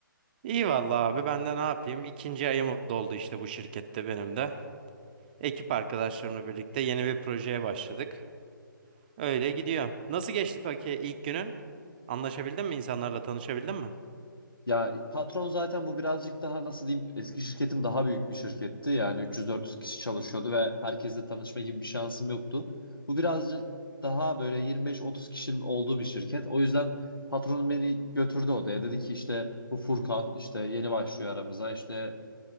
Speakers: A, on the right (about 25°); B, on the left (about 80°).
A: İyi vallahi abi ben de ne yapayım? İkinci ayım doldu işte bu şirkette benim de. Ekip arkadaşlarımla birlikte yeni bir projeye başladık. Öyle gidiyor. Nasıl geçti peki ilk günün? Anlaşabildin mi insanlarla tanışabildin mi?
B: Ya patron zaten bu birazcık daha nasıl diyeyim eski şirketim daha büyük bir şirketti. Yani 300-400 kişi çalışıyordu ve herkesle tanışma gibi bir şansım yoktu. Bu birazcık daha böyle 25-30 kişinin olduğu bir şirket. O yüzden patronum beni götürdü odaya. Dedi ki işte bu Furkan işte yeni başlıyor aramıza işte